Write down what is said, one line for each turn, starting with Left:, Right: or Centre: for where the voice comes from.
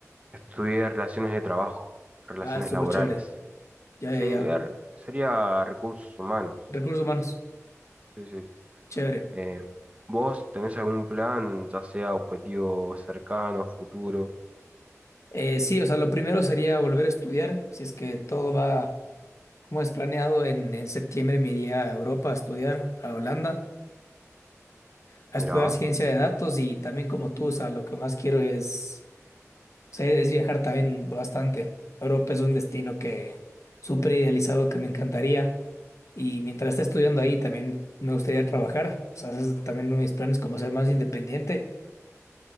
Right: Estudié relaciones de trabajo, relaciones
Left: Ah, súper
Right: laborales.
Left: chévere. Ya,
Right: Sí,
Left: ya, ya.
Right: er- sería recursos humanos.
Left: Recursos humanos.
Right: Sí, sí.
Left: Chévere.
Right: Eh, ¿vos tenés algún plan, ya sea objetivo cercano, futuro?
Left: Eh, sí, o sea, lo primero sería volver a estudiar. Si es que todo va como es planeado, en, en septiembre me iría a Europa a estudiar, a Holanda, a estudiar
Right: Mirá,
Left: ciencia de datos y también como tú, o sea, lo que más quiero es Sí, es viajar también bastante. Europa es un destino que súper idealizado que me encantaría. Y mientras esté estudiando ahí, también me gustaría trabajar. O sea, ese es también uno de mis planes como ser más independiente.